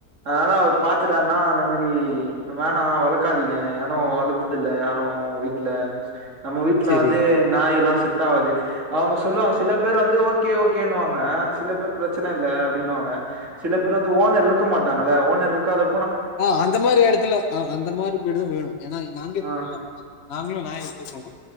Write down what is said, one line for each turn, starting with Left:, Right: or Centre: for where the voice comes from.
Right: அதனால அவுரு பாத்துட்டார்னா அந்த மாரி வேணா வளக்காதீங்க யானு வளத்ததில்ல யாரு வீ ட்ல நம்ம வீட்டுல
Left: செரி
Right: வந்து நாய் எல்லா செட் ஆவாது, அவங்க சொல்லுவங்க சில பேர் வந்து ஓகே ஓகேன்னுவாங்க, சில பேர் பிரச்சன இல்ல அப்படின்னுவாங்க சில பேர் வந்து ஓனர் இர்க்க மாட்டாங்கல்ல, ஓனர் இருக்காத
Left: ஆஹ் அந்த மாதிரி எடத்துல, அ அ அந்த மாரி வீடுதா வேணு ஏனா, நாங்க இருக்குதெல்லா
Right: ஆ
Left: அப்படித நாங்களு நாய் பேசலாமா